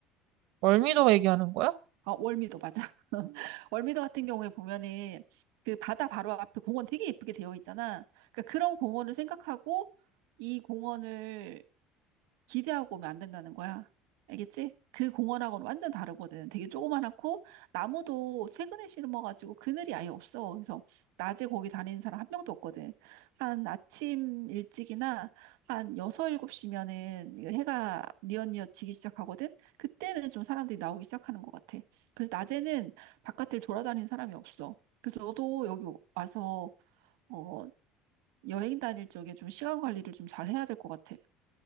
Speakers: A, on the right; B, on the right.
A: 월미도 얘기하는 거야?
B: 아, 월미도 맞아. <laughs> 월미도 같은 경우에 보면은 그 바다 바로 앞에 공원 되게 예쁘게 되어 있잖아. 그러니까 그런 공원을 생각하고 이 공원을 기대하고 오면 안 된다는 거야. 알겠지? 그 공원하고는 완전 다르거든. 되게 조그만하고 나무도 최근에 심어가지고 그늘이 아예 없어. 그래서 낮에 거기 다니는 사람 한 명도 없거든. 한 아침 일찍이나 한 여섯 일곱 시면은 해가 뉘엿뉘엿 지기 시작하거든. 그때는 좀 사람들이 나오기 시작하는 것 같아. 그래서 낮에는 바깥을 돌아다니는 사람이 없어. 그래서 너도 여기 와서 어, 여행 다닐 적에 좀 시간 관리를 좀 잘 해야 될 것 같아.